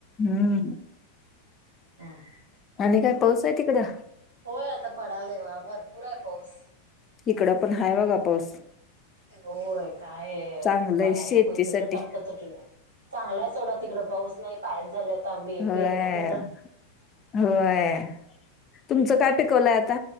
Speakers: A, on the left (about 25°); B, on the right (about 70°).
A: हम्म.
B: <inaudible>
A: आणि काय पाऊस आहे तिकडं.
B: होय आता पडालाय बघा भरपूर आहे पाऊस.
A: इकड पण हाय बघा पाऊस.
B: होय काय
A: चांगलंय
B: बघायला
A: शेतीसाठी.
B: नको तर कट्टतच <inaudible> चांगलाय सोडा तिकड पाऊस नाही पायच झाला तर आंबे
A: होय,
B: पेरण्यात.
A: होय तुमचं काय पिकवलंय आता.